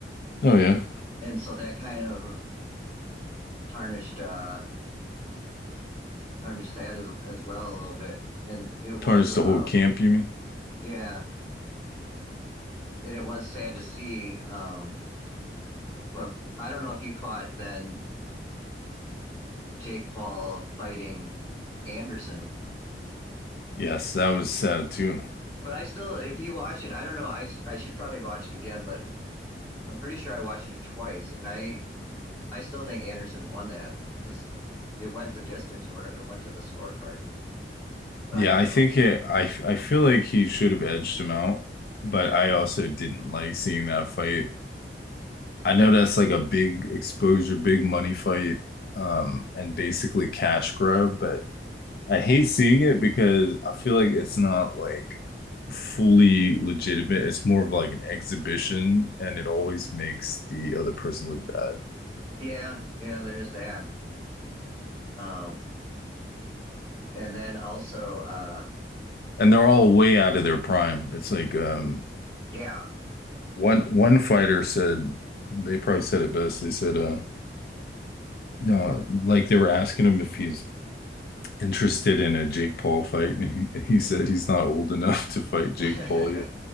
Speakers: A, on the left; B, on the left.
A: Oh yeah,
B: and so that kind of tarnished uh, tarnished that as as well a little bit. And it was
A: tarnished
B: um,
A: the whole camp. You mean?
B: yeah, and it was sad to see. Um, but I don't know if you caught then Jake Paul fighting Anderson.
A: Yes, that was sad too.
B: But I still, if you watch it, I don't know. I, I should probably watch it again, but I'm pretty sure I watched it twice, and I I still think Anderson won that because it went the distance or whatever. It went to the scorecards, and but
A: Yeah,
B: I don't
A: I
B: know.
A: think it. I I feel like he should have edged him out, but
B: Yeah,
A: I also didn't like seeing that fight I know that's like a big exposure, big money fight, um, and basically cash grab, but I hate seeing it because I feel like it's not like fully legitimate. It's more of like an exhibition, and it always makes the other person look bad.
B: yeah, yeah. There is that. Um, and then also, uh,
A: And they're all way out of their prime. It's like um,
B: yeah,
A: one one fighter said they probably said it best. They said uh, no, like they were asking him if he's interested in a Jake Paul fight, and he, he said he's not old enough to fight Jake
B: <laughs>
A: Paul
B: yeah.